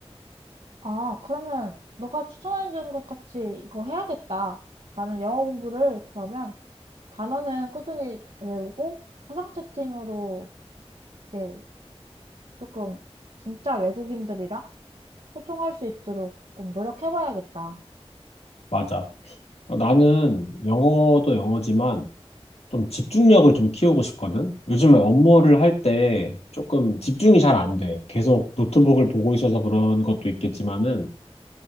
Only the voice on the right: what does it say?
아, 그러면 너가 추천해준 것 같이 이거 해야겠다. 나는 영어 공부를 그러면 단어는 꾸준히 외우고 화상 채팅으로 이제 조금 진짜 외국인들이랑 소통할 수 있도록 조금 노력해봐야겠다.